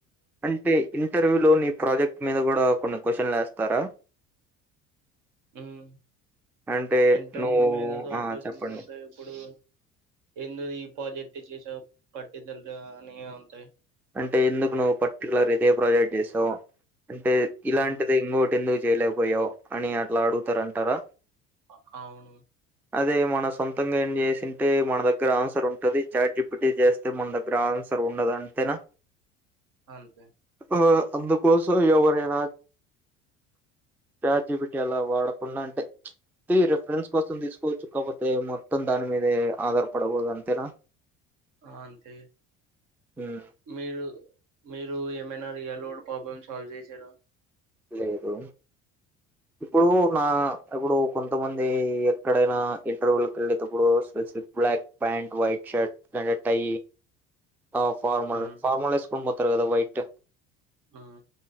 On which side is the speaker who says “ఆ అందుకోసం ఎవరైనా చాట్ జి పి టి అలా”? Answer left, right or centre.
Centre